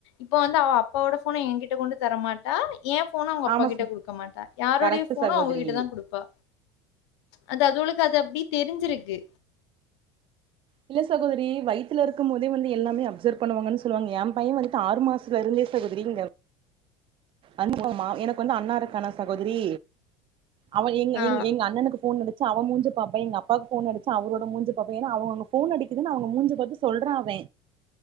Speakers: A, on the left; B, on the right.
A: இப்ப வந்து அவ அப்பாவோட ஃபோன எங்கிட்ட கொண்டு தரமாட்டா ஏ ஃபோன அவ்ங்க அப்பாக்கிட்ட
B: ஆமா ச
A: குடுக்க மாட்டா யாருடைய
B: கரெக்ட்
A: ஃபோனோ
B: சகோதரி
A: அவங்கக்கிட்ட தா குடுப்பா அது அது அவளுக்கு அது அப்டி தெரிஞ்சிருக்கு
B: இல்ல சகோதரி வய்த்துல இருக்கும் போதே வந்து எல்லாமே அப்சர்வ் பன்னுவாங்கன் சொல்லுவாங்க எ பைய வந்துட்டு ஆறு மாச த்துல இருந்தே சகோதரி இங்க அனுப்புவமா எனக்கு வந்து அண்ணா இருக்கானா சகோதரி அவ எங்க
A: ஆ
B: எங்க எங்க அண்ணனுக்கு ஃபோன் அடிச்சா அவ மூஞ்ச பாப்பா எங்க அப்பாவுக்கு ஃபோன் அடிச்சா அவரோட மூஞ்ச பாப்பா ஏனா அவுங்க அங்க ஃபோன் அடிக்குதுன்னு அவ்ங்க மூஞ்ச பாத்து சொல்றா அவ